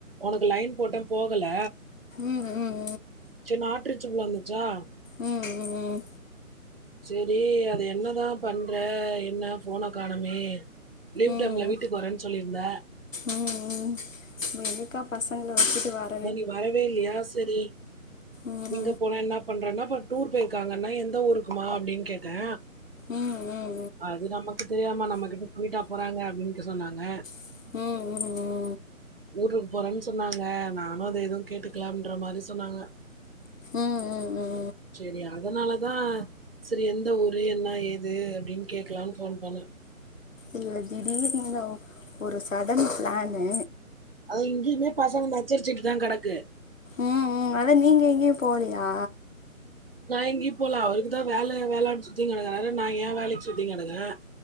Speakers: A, on the right (about 40°); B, on the left (about 60°).
A: ஒனக்கு லைன் போட்டே போகல
B: ம் ம்
A: ச்சு நாட் ரீச்சபுள் வந்துச்சா
B: ம் ம் ம்
A: சேரி அது என்னதா பண்ற என்ன போன காணமே லீவ்
B: ம் ம்
A: டைம்ல வீட்டுக்கு வரேன்னு சொல்லியிருந்த
B: ம் ம் எங்கக்கா பசங்கள வச்சிட்டு வர
A: அதா நீ வரவே இல்லையா சரி
B: ம்
A: நீங்க போனா என்ன பண்றேன்னா இப்ப டூர் போயிருக்காங்கன்னா எந்த ஊருக்குமா அப்படின்னு கேட்டே
B: ம் ம் ம்
A: அது நமக்கு தெரியாம நம்ம கிட்ட கூடியிட்டா போறாங்க அப்படின்னு சொன்னாங்க
B: ம் ம் ம்
A: ஊருக்கு போறேன்னு சொன்னாங்க நானு அதை எதுவு கேட்டுக்கலாம்ன்ற மாரி சொன்னாங்க
B: ம் ம் ம்
A: சேரி அதனாலதா செரி எந்த ஒரு ஊரு என்ன ஏது அப்படின் கேக்கலான் போன் பண்ணே
B: இல்ல திடீர்னு தா ஒரு சடன் ப்ளானு
A: அது இங்கையுமே பசங்க நச்சரிச்சுட்டுதா கெடக்கு
B: ம் ம் அதா நீங்க எங்கயு போலயா
A: நா எங்கேயு போல அவருக்குதா வேல வேலன்னு சுத்தி கெடக்குறாரு நா ஏ வேலைக்கு சுத்தினு கெடக்குறே